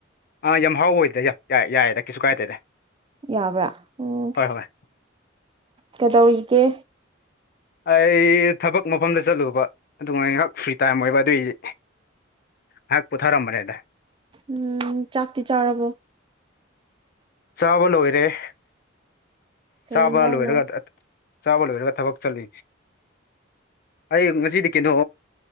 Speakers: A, on the left (about 50°); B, on the right (about 25°).
A: ꯑꯥ ꯌꯥꯝ ꯍꯥꯎ ꯑꯣꯏꯗ꯭ꯔꯦ ꯌꯥꯏ ꯌꯥꯏꯦꯗ ꯀꯩꯁꯨ ꯀꯥꯏꯗꯦꯗ
B: ꯌꯥꯕ꯭ꯔꯥ ꯎꯝ
A: ꯍꯣꯏ ꯍꯣꯏ
B: ꯀꯩꯗꯧꯔꯤꯒꯦ
A: ꯑꯩ ꯊꯕꯛ ꯃꯐꯝꯗ ꯆꯠꯂꯨꯕ ꯑꯗꯨꯃꯥꯏ ꯉꯥꯏꯍꯥꯛ ꯐ꯭ꯔꯤ ꯇꯥꯏꯝ ꯑꯣꯏꯕ ꯑꯗꯨꯏꯗꯤ ꯍꯥꯏ ꯄꯨꯊꯥꯔ ꯃꯔꯦꯗ
B: ꯎꯝ ꯆꯥꯛꯇꯤ ꯆꯥꯔꯕꯣ
A: ꯆꯥꯕ ꯂꯣꯏꯔꯦ
B: ꯀꯩ
A: ꯆꯥꯕ
B: ꯌꯦꯟꯖꯥꯡꯅꯣ
A: ꯂꯣꯏꯔꯒ ꯆꯕꯣꯣ ꯐꯔ ꯀ ꯊꯕꯛ ꯆꯂ ꯑꯩ ꯉꯁꯤꯗꯤ ꯀꯩꯅꯣ